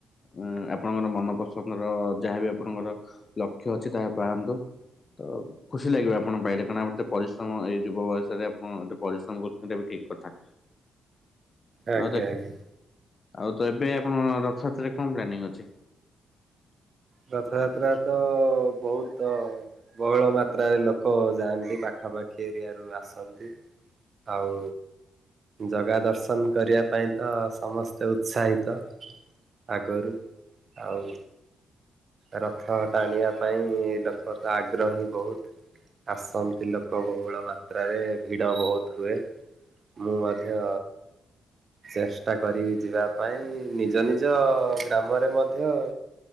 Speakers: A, on the left; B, on the right.
A: ଉମ୍ ଆପଣଙ୍କର ମନପସନ୍ଦର-ଅ ଯାହାବି ଆପଣଙ୍କର ଲକ୍ଷ୍ୟ ଅଛି ତାହା ପାଆନ୍ତୁ। ତ ଖୁସି ଲାଗିବ ଆପଣ ପାଇଲେ କାରଣ ଏତେ ପରିଶ୍ରମ ଏଇ ଯୁବ ବୟସରେ ଆପଣ ଏତେ ପରିଶ୍ରମ କରୁଛନ୍ତି ଏଟା ବି ଠିକ କଥା।
B: ଆଜ୍ଞା
A: ଆଉ ଦେଖ
B: ଆଜ୍ଞା।
A: ଆଉ ତ ଏବେ ଆପଣ ରଥଯାତ୍ରାରେ କଣ ପ୍ଲାନିଂ ଅଛି?
B: ରଥଯାତ୍ରା ତ-ଅ-ଅ ବହୁତ ବହୁଳ ମାତ୍ରାରେ ଲକ୍ଷ ଓ ଯାଆନ୍ତି ପାଖାପାଖି ଏରିଆରୁ ଆସନ୍ତି, ଆଉ ଜଗା ଦର୍ଶନ କରିବା ପାଇଁ ତ ସମସ୍ତେ ଉତ୍ସାହିତ। ଆଗରୁ ଆଉ ରଥ ଟାଣିବା ପାଇଁ-ଇ-ଇ ଲୋକ ତ ଆଗ୍ରହୀ ବହୁତ। ଆସନ୍ତି ଲୋକ ବହୁଳ ମାତ୍ରାରେ ଭିଡ଼ ବହୁତ ହୁଏ। ମୁଁ ମଧ୍ୟ ଚେଷ୍ଟା କରିବି ଯିବା ପାଇଁ ନିଜ ନିଜ ଗ୍ରାମରେ ମଧ୍ୟ